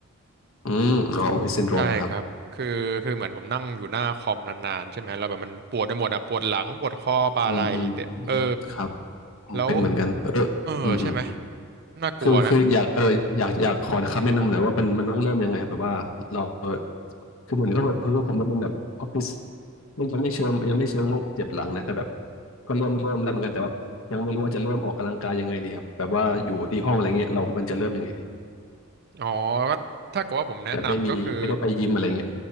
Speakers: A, on the left; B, on the right.
A: อืมอ๋อออฟฟิศซินโดรมครับ
B: ใช่ครับคือคือเหมือนผมนั่งอยู่หน้าคอมนานๆใช่ไหมแล้วแบบมันปวดไปหมดอะปวดหลังปวดข้อบ่าไหล่เตะเออ
A: อืมอืมอืมครับอืมเป็นเหมือนกันเออ
B: แล้วเออใช่ไหม
A: อืมอืม
B: น่ากลัวนะ
A: คือคืออยากเอออยากอยากขอคำแนะนำหน่อยว่ามันมันต้องเริ่มยังไงแบบว่าเราคือเหมือนก็แบบเพิ่งผมมันเป็นแบบออฟฟิศไม่ยังไม่เชิงยังไม่เชิงโรคเจ็บหลังนะแต่แบบก็เริ่มเริ่มแล้วเหมือนกันแต่ว่ายังไม่รู้ว่าจะเริ่มออกกำลังกายยังไงดีครับแบบว่าอยู่ที่ห้องอะไรเงี้ยเราควรจะเริ่มยังไงดี
B: อ๋อก็ถ้าเกิดว่าผมแนะนำก็คือ
A: แต่ไม่มีไม่ได้ไปยิมอะไรเงี้ย